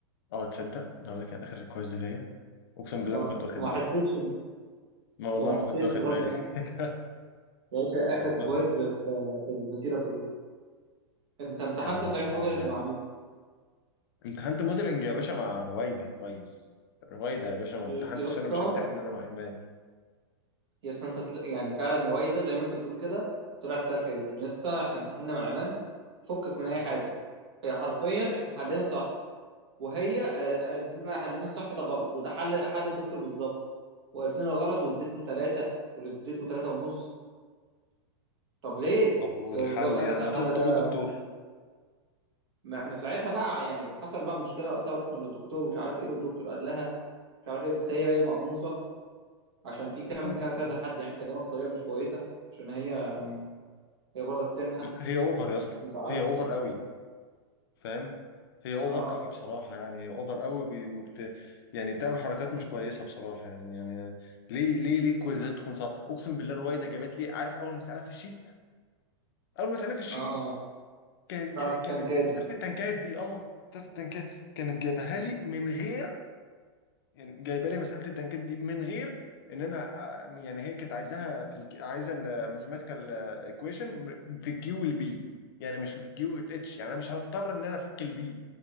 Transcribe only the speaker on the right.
اه
وما
حسيتش
انت ما
حسيتش
خالص
ان
يا باشا اخر كويز
في في المسيره كلها انت امتحنت
صحيح موديلنج
مع مين
يا
يا اسطى
يا اسطى انت تل- يعني فعلا رويده زي ما انت بتقول كده طلعت سالكه جدا يا اسطى احنا امتحنا مع ايمان فكك من اي
حاجه هي حرفيا احنا حلينا صح وهي آه، قالت لنا حلنا الصح ده غلط وده حل حل الدكتور بالظبط وقالت لنا غلط واديتنا ثلاثه واللي اديته ثلاثه ونص طب ليه؟
آه، تقول لك
لا
الحل
ده
ما احنا في ساعتها بقى يعني حصل بقى مشكله وقتها ورحنا للدكتور ومش عارف ايه والدكتور قال لها مش عارف ايه بس هي هي مقموصه عشان في كام
ك-
كذا حد يعني كلمها بطريقه مش كويسه عشان هي
هي برضك تنحى
انت عارف
اه
اه
بتاعت
التنكات
دي